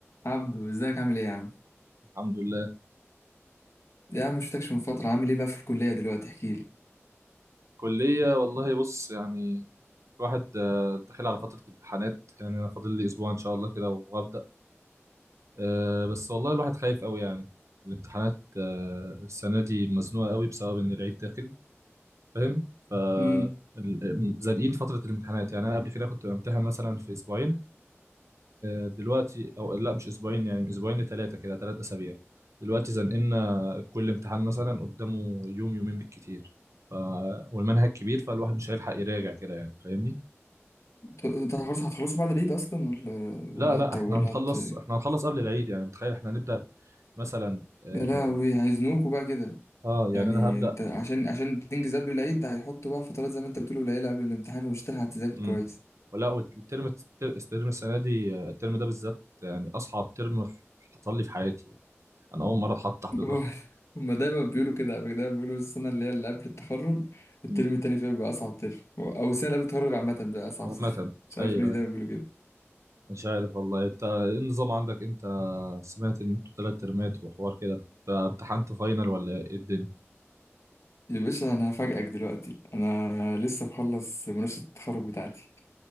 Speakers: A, on the left; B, on the right.
A: عبدو ازيك عامل ايه يا عم
B: الحمد لله
A: يا عم مشفتكش من فترة عامل ايه بقى في الكلية دلوقتي احكي لي
B: كلية والله بص يعني الواحد آه، داخل على فترة امتحانات يعني أنا فاضل لي أسبوع إن شاء الله كده وهبدأ آه، بس والله الواحد خايف أوي يعني الامتحانات آه، السنة دي مزنوقة أوي بسبب إن العيد داخل فاهم ف
A: امم
B: ال- زنقين فترة الامتحانات يعني أنا قبل كده كنت بامتحن مثلا في أسبوعين آه، دلوقتي او لا مش اسبوعين يعني من اسبوعين لثلاثه كده ثلاثة اسابيع دلوقتي زنقلنا كل امتحان مثلا قدامه يوم يومين بالكتير ف... والمنهج كبير فالواحد مش هيلحق يراجع كده يعني فاهمني
A: انت خلاص هتخلصوا بعد العيد اصلا ولا ولا
B: لا لا
A: هت
B: احنا
A: ولا
B: هنخلص
A: هت
B: احنا هنخلص قبل العيد يعني متخيل احنا هنبدأ مثلا اه,
A: يا لهوي هيزنوكوا بقى كده
B: آه يعني
A: يعني
B: انا هبدأ
A: انت عشان عشان تنجز قبل العيد ده هيحطوا بقى فترات زي ما انت بتقول قليلة قبل الامتحان ومش هتلحق تذاكر
B: امم
A: كويس
B: ولا والترم الترم السنه دي آه، الترم ده بالذات يعني اصعب ترم حصل لي في حياتي يعني. انا اول مره اتحط تحت ضغط
A: هو- هما دايما بيقولوا كده قبل دايما بيقولوا السنة اللي هي اللي قبل التخرج الترم
B: مم.
A: التاني فيها بيبقى أصعب ترم أو السنة اللي قبل التخرج عامة بيبقى أصعب
B: عامه
A: سنة <laughs> مش عارف
B: ايوه
A: ليه دايما
B: أيوه.
A: بيقولوا كده
B: مش عارف والله انت ايه النظام عندك انت سمعت ان انتوا تلات ترمات وحوار كده انت امتحنت فاينل ولا ايه الدنيا
A: يا باشا انا هفاجئك دلوقتي انا لسه مخلص مناقشه التخرج بتاعتي